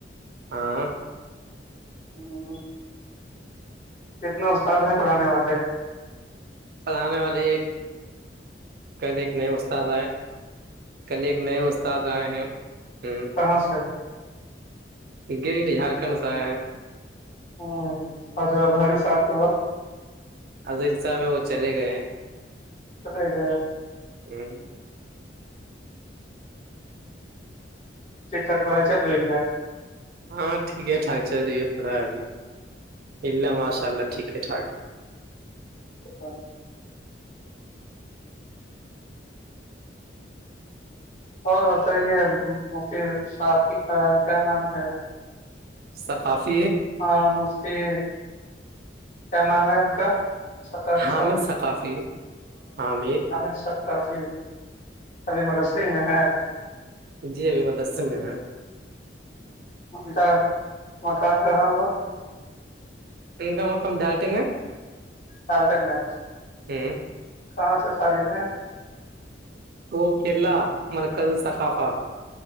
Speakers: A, on the right; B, on the left.
A: ہاں
B: ہمم کتنے استاد ہیں پڑھانے والے
A: پڑھانے والے ایک کل ایک نئے استاد آئے کل ایک نئے استاد آئے ہیں ہ
B: ہاں سر
A: گنیٹ جھارکھنڈ سے آئے ہیں
B: ہمم ہج ہری سف تھب
A: عظر صاح میں وہ چلے گئے
B: چلے گ
A: ہ
B: ٹکٹک پڑائی چل رہی ہے
A: ہاں ٹھیک ہے ٹھاک چل رہی ہے پڑھائی بھی اللہ ماشاء اللہ ٹھیک ہے ٹھاک
B: <unintelligible> اور بتائیے مفتی صاحب کی کا کیا نام ہے
A: ثقافی
B: ہاں مفتی کیا نام ہے ان کا سکا فی
A: حامد ثقافی حامد
B: س کافی ابھی مدرس میں ہے
A: جی ابھی میں مدرسے میں ہیں
B: کا مکان کہاں ہوا
A: ان کام وہ کم ڈالٹیں گا
B: فالٹن گنج
A: ہ
B: کہاں سے فاری میں
A: وہ کیرلا مل قد سقفا